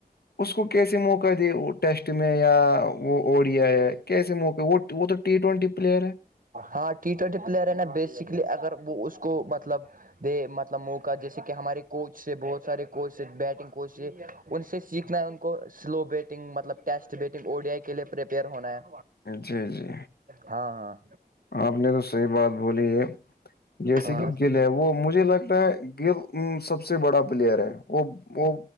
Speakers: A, on the left (about 75°); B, on the right (about 60°).
A: اس کو کیسے موقع دے وہ ٹیسٹ میں یا وہ اوڈیا ہے کیسے موقع وہ وہ تو ٹی ٹوینٹی پلیئر ہے
B: ہاں ٹی ٹوینٹی پلیئر ہے نا بیسکلی اگر وہ اس کو مطلب دے مطلب موقع جیسے کہ ہمارے کوچ سے بہت سارے کوچ بیٹنگ کوچ سے ان سے سیکھنا ہے ان کو سلو بیٹنگ مطلب test batting O D I کے لیے پریپیئر ہونا ہے
A: جی جی
B: ہاں ہاں
A: آپ نے تو صحیح بات بولی ہے جیسے
B: ہاں
A: کہ گل ہے وہ مجھے لگتا ہے گل ا سب سے بڑا پلیئر ہے وہ وہ